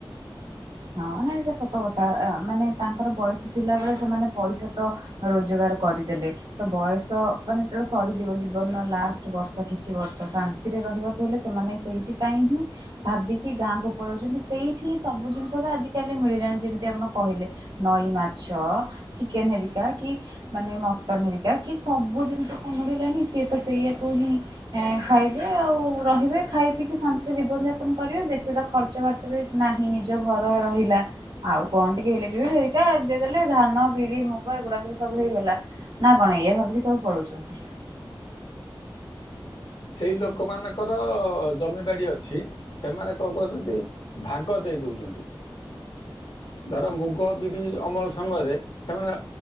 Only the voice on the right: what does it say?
ହଁ ନାଇ ଏଇଟା ସତ କଥା ମାନେ ତାଙ୍କର ବୟସ ଥିଲା ବଳେ ସେମାନେ ପଇସା ତ ରୋଜଗାର କରିଦେଲେ ତ ବୟସ ମାନେ ଯେତେବେଳେ ସରିଯିବ ଜୀବନର ଲାଷ୍ଟ ବର୍ଷ କିଛି ବର୍ଷ ଶାନ୍ତିରେ ରହିବାକୁ ହେଲେ ସେମାନେ ସେଇଥିପାଇଁ ହିଁ ଭାବିକି ଗାଁକୁ ପଳଉଛନ୍ତି ସେଇଠି ହିଁ ସବୁ ଜିନିଷ ଆଜିକାଲି ମିଳିଲାଣି ଯେମିତି ଆପଣ କହିଲେ ନଈ ମାଛ ଚିକେନ ହେରିକା କି ମାନେ ମଟନ ହେରିକା କି ସବୁ ଜିନିଷ ତ ମିଳିଲାଣି ସିଏ ତ ସେଇଆାକୁ ହିଁ ଖାଇବେ ଆଉ ରହିବେ ଖାଇ ପିଇକି ଶାନ୍ତିରେ ଜୀବନ ଯାପନ କରିବେ ବେଶୀ ତ ଖର୍ଚ ବାର୍ଚ୍ଚ ବି ନାହିଁ ନିଜ। ନିଜଘର ରହିଲା ଆଉ କଣ ଟିକେ ଇଲେଟ୍ରି ବିଲ୍ ହେରିକା ଦେଇଦେଲେ ଧାନ ବିରି ମୁଗ ଏଗୁଡାକ ବି ସବୁ ହେଇଗଲା ନା କଣ ଏଇଆ ଭାବିକି ସବୁ ପଳଉଛନ୍ତି।